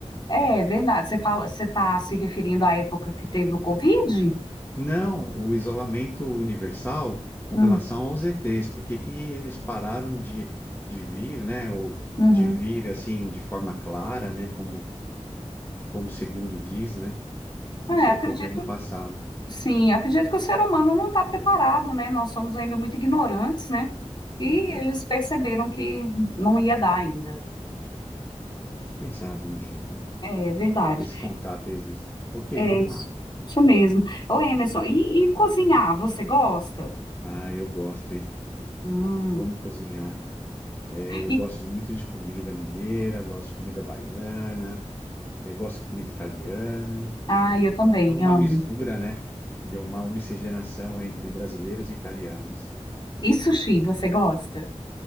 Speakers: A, on the left (about 40°); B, on the left (about 20°).
A: É, é verdade. Você fala, você está se referindo à época que teve o Covid?
B: Não, o isolamento universal com
A: Hum,
B: relação aos ETs, por que que eles pararam de, de vir, né? Ou
A: uhum.
B: de vir assim de forma clara, né? Como como segundo diz, né? Isso
A: É, acredito,
B: ocorreu no passado.
A: sim, acredito que o ser humano não está preparado, né? Nós somos ainda muito ignorantes, né?
B: É
A: E
B: verdade.
A: eles perceberam que não ia dar ainda.
B: Quem sabe um dia, né?
A: É verdade.
B: Esse contato existe. Ok,
A: É
B: vamos
A: isso,
B: lá.
A: isso mesmo. Ô, Emerson, e, e cozinhar, você gosta?
B: Ah, eu gosto, hein?
A: Hum.
B: Eu amo cozinhar. É, eu
A: E,
B: gosto muito de comida mineira, gosto de comida baiana, é, gosto de comida italiana.
A: ah,
B: É,
A: eu também
B: eu sou uma
A: amo.
B: mistura, né? De uma miscigenação entre brasileiros e italianos.
A: E sushi, você gosta?